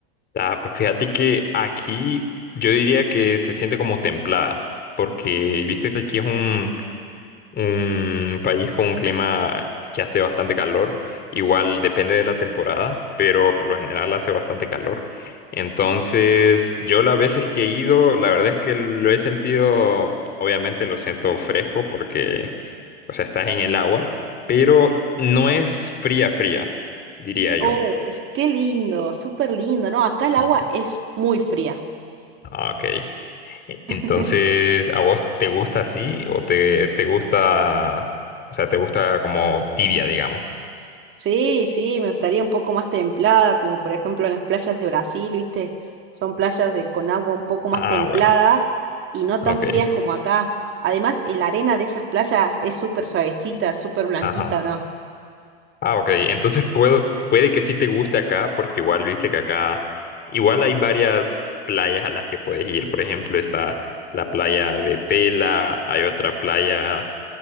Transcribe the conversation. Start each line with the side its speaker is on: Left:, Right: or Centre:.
Left: Ah, pues fíjate que aquí yo diría que se siente como templada, porque viste que aquí es un, un país con un clima que hace bastante calor, igual depende de la temporada, pero por lo general hace bastante calor. Entonces, yo las veces que he ido, la verdad es que lo he sentido, obviamente lo siento fresco porque, o sea, estás en el agua, pero no es fría, fría, diría yo.
Right: Oh, qué lindo, súper lindo, ¿no? Acá el
Left: Sí.
Right: agua es muy fría.
Left: Ah, Ok. E-, Entonces,
Right: <laughs>
Left: ¿a vos te gusta así o te, te gusta, o sea, te gusta como tibia, digamos?
Right: Sí, sí, me gustaría un poco más templada, como por ejemplo en las playas de Brasil, ¿viste? Son playas de, con agua un poco más
Left: Ah,
Right: templadas
Left: bueno,
Right: y no
Left: ok,
Right: tan frías como acá. Además, la arena de esas playas es súper suavecita, súper blanquita,
Left: ajá.
Right: ¿o no?
Left: Ah, ok, entonces puedo, puede que sí te guste acá, porque igual viste que acá, igual hay varias playas a las que puedes ir. Por ejemplo, está la playa de Tela, hay otra playa,